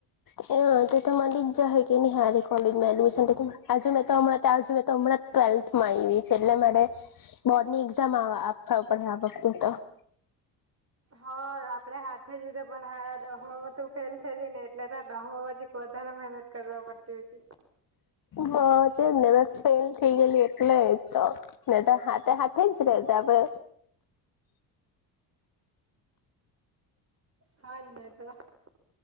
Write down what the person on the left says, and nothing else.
હ તો તમા લ જ હ કે નહી હાર કોલેજ માં એડમિશન આજુ મેં તો હમં્યાંજ મેં તો હમણાં ટ્વેલ્થમાં આવી છે એટલે મારે બોર્ડ ની એક્ઝામ આપ પડે આ વખતે તો <inaudible>
હ તે ફેલ થઈ ગલી એટલે તો ને તો હાથે હાથે જ રે આપડે